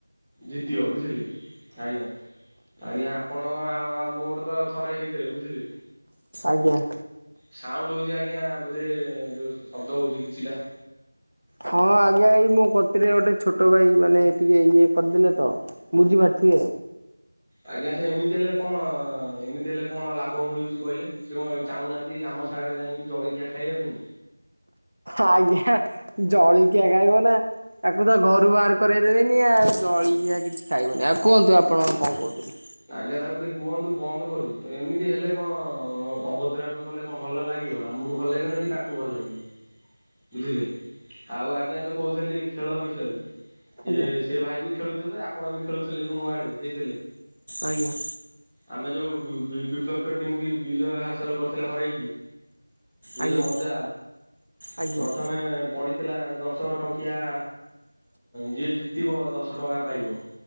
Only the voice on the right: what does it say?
ଆଜ୍ଞା।
ହଁ ଆଜ୍ଞା ଏଇ ମୋ କତିରେ ଗୋଟେ ଛୋଟ ଭାଇ ମାନେ ଟିକେ ଇଏ କରିଦେଲେ ତ ବୁଝିପାରୁଥିବେ।
ଆଜ୍ଞା। ଜଳଖିଆ ଖାଇବ ନା ତାକୁ ତ ଘରୁ ବାହାର କରେଇ ଦେବେନି ଆଉ। ଜଳିିଖିଆ କିଛି ଖାଇବୁନି। ଆଉ କୁହନ୍ତୁ ଆପଣ କଣ କହୁଥିଲେ?
ଆଜ୍ଞା
ଆଜ୍ଞା।
ଆଜ୍ଞା
ଆଜ୍ଞା